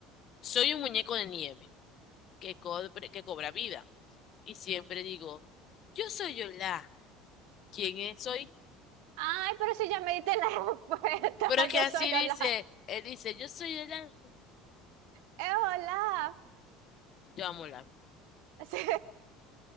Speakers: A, on the left; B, on the right.
A: soy un muñeco de nieve que, cobre- que cobra vida y siempre digo, yo soy Olaf, ¿quién es- soy?
B: Ay, pero si ya me diste la respuesta,
A: Pero es
B: <laughs>
A: que
B: yo
A: así
B: soy
A: dice,
B: Olaf.
A: él dice, yo soy Olaf,
B: Es Olaf.
A: yo amo Olaf,
B: <laughs> Sí.